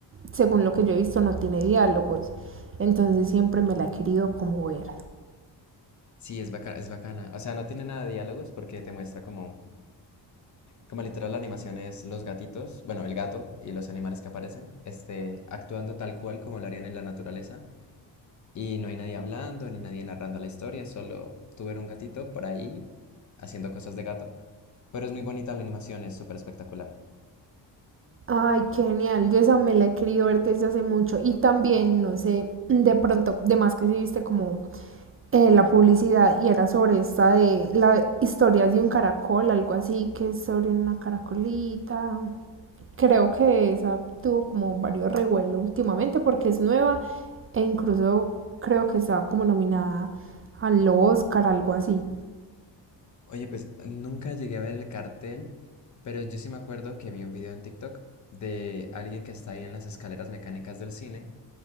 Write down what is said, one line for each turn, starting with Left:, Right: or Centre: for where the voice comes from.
Right: según lo que yo he visto no tiene diálogos, entonces siempre me la he querido como ver.
Left: Sí, es bacana, es bacana. O sea, no tiene nada de diálogos porque te muestra como, como literal la animación es los gatitos, bueno, el gato y los animales que aparecen, este, actuando tal cual como lo harían en la naturaleza. Y no hay nadie hablando ni nadie narrando la historia, solo tú ver un gatito por ahí haciendo cosas de gato. Pero es muy bonita la animación, es súper espectacular.
Right: Ay, qué genial, yo esa me la he querido ver desde hace mucho y también, no sé, de pronto, de más que si viste como eh, la publicidad y era sobre esta de las historias de un caracol, algo así, que es sobre una caracolita. Creo que esa tuvo como varios revuelos últimamente porque es nueva e incluso creo que estaba como nominada al Oscar, algo así.
Left: Oye, pues nunca llegué a ver el cartel, pero yo sí me acuerdo que vi un video en TikTok de alguien que está ahí en las escaleras mecánicas del cine